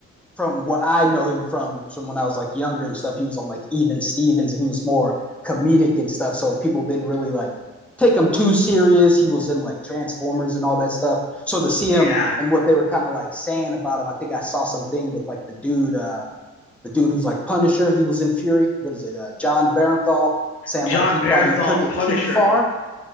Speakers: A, in the centre; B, on the left.
A: from what I know him from from when I was like younger and stuff, he was on like Even Stevens and he was more comedic and stuff. So people didn't really like take him too serious. He was in like Transformers and all that stuff. So to see
B: Yeah,
A: him and what they were kind of like saying about him, I think I saw something with like the dude. Uh, the dude who's like Punisher, he was in Fury. What is it? Uh, John Barenthal saying
B: John
A: like he
B: Barenthal,
A: thought he took it
B: Punisher.
A: too far.